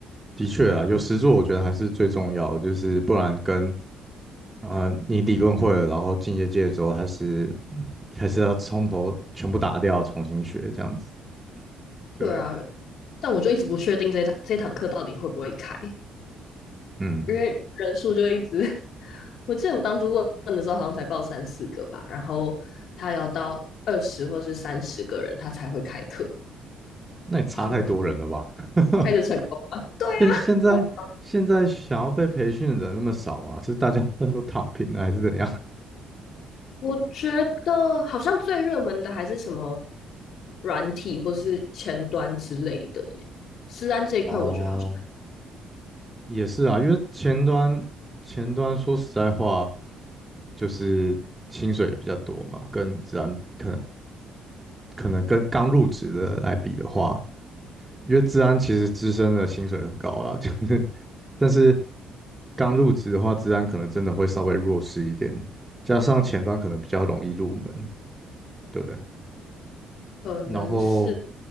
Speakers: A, on the right; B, on the left.
A: 的确啊，有实作我觉得还是最重要的就是不然跟呃你理论会了，然后进业界之后还是还是要从头全部打掉，重新学这样子。对啊，
B: 对啊，但我就一直不确定这堂这堂课到底会不会开，
A: 嗯，
B: 因为人数就一直，<laughs> 我记得我当初问问的时候好像才报三四个吧，然后他要到二十或是三十个人他才会开课，
A: 那也差太多人了吧？
B: <laughs> 我就
A: <laughs>
B: 开着成功吧。
A: 现现在现在想要被培训的人那么少嘛？
B: <laughs> 我
A: 是大家 <laughs> 都躺平了还是怎样？
B: 我觉得好像最热门的还是什么软体或是前端之类的耶。治安这一块，
A: <laughs> 哦，
B: 我觉得好像
A: 也是啊，因为前端前端说实在话，就是薪水也比较多嘛，跟自然可能可能跟刚入职的来比的话。因为治安其实资深的薪水很高啦，<laughs> 就是但是刚入职的话，治安可能真的会稍微弱势一点，加上前端可能比较容易入门，对不对？
B: 可能是，
A: 然后